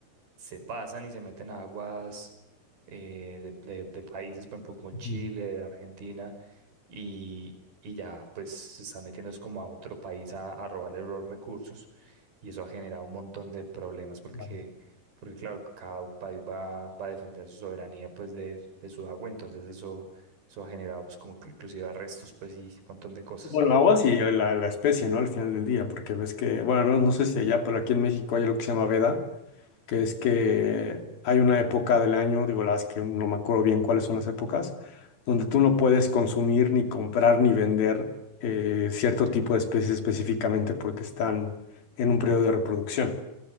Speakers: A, on the right; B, on the left.
A: se pasan y se meten a aguas eh, de, de- de países, por ejemplo, como Chile,
B: Ujú,
A: Argentina, y, y ya pues se están metiendo es como a otro país a, a robarle los recursos y eso ha generado un montón de problemas porque,
B: claro.
A: porque claro, cada país va, va a defender su soberanía pues de, de su agua, entonces eso, eso ha generado pues como que inclusive arrestos pues y un montón de cosas.
B: Bueno, aguas y la, la especie, ¿no? Al final del día, porque ves que, bueno, no, no sé si allá, pero aquí en México hay lo que se llama veda que es que hay una época del año, digo, la verdad es que no me acuerdo bien cuáles son las épocas, donde tú no puedes consumir, ni comprar, ni vender eh, cierto tipo de especies específicamente porque están en un periodo de reproducción.